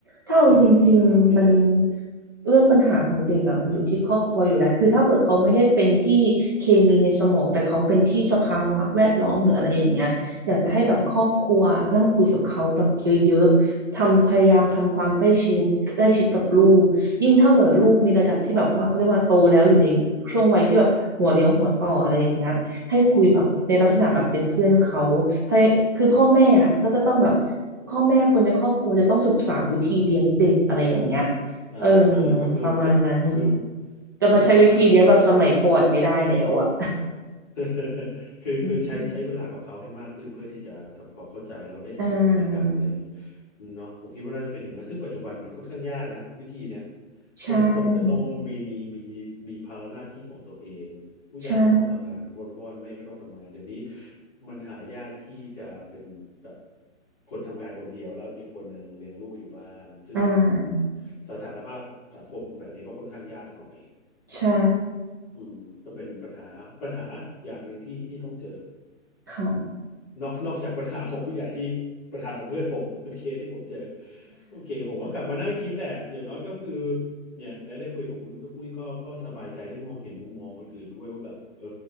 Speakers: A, on the right; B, on the left.
A: ถ้าเอาจริงๆมัน
B: ถ้ามีมีปัญหาพวกนี้ในเด็ก
A: เรื่องปัญหาของเด็กอ่ะมันอยู่ที่ครอบครัวอยู่แล้วคือถ้าเกิดเขาไม่ได้เป็นที่เคมีในสมองแต่เขาเป็นที่สภาวะแวดล้อมหรืออะไรอย่างเงี้ยอยากจะให้แบบครอบครัวนั่งคุยกับเขาแบบเยอะๆทำพยายามทำความใกล้ชิดใกล้ชิดกับลูกยิ่งถ้าเกิดลูกมีระดับที่แบบว่าเขาเรียกว่าโตแล้วอยู่ในช่วงวัยที่แบบหัวเลี้ยวหัวต่ออะไรอย่างเงี้ย
B: อือฮึ
A: ให้คุยแบบในลักษณะแบบเป็นเพื่อนเขาพยคือพ่อแม่อะก็จะต้องแบบ
B: อือฮึ
A: พ่อแม่คนในครอบครัวจะต้องศึกษาวิธีเลี้ยงเด็กอะไรอย่างเงี้ย
B: อ่า
A: เออ
B: ก็คือก็คือ
A: ประมาณนั้น จะมาใช้วิธีเลี้ยงแบบสมัยก่อนไม่ได้แล้วอ่ะ
B: คือว่า <laughs> คือคือใช้ใช้เวลากับเขาให้มากขึ้นเพื่อที่จะทำความเข้าใจแล้วได้เห็นกับพฤติกรรมอะไรอย่างงี้
A: อืมอ่า
B: เนาะผมคิดว่าน่าจะเป็นอย่างนั้นซึ่งปัจจุบันมันค่อนข้างยากนะวิธีเนี้ยเพราะทุกคนก็ต้องมีมีมีมีภาระหน้าที่ของตัวเองผู้ใหญ่ก็ต้องทำงานพ่อพ่อแม่ก็ต้องทำงานเดี๋ยวนี้
A: ใช่ ใช่
B: มันหายากที่จะเป็นแบบคนทำงานคนเดียวแล้วอีกคนหนึ่งเลี้ยงลูกอยู่บ้านซึ่ง
A: อ่า
B: สถานภาพสังคมแบบนี้ก็ค่อนข้างยากหน่อย
A: ใช่
B: อืมก็เป็นปัญหาปัญหาอย่างหนึ่งที่ที่ต้องเจอ
A: ค่ะ
B: นอกนอกจากปัญหาของผู้ใหญ่ที่ปัญหาของเพื่อนผมเป็นเคสที่ผมเจอโอเคผมก็กลับมานั่งคิดแหละอย่างน้อยก็คือเนี่ยได้ได้คุยกับคุณก็คุยก็ก็สบายใจได้มองเห็นมุมมองอื่นๆด้วยว่าแบบเออ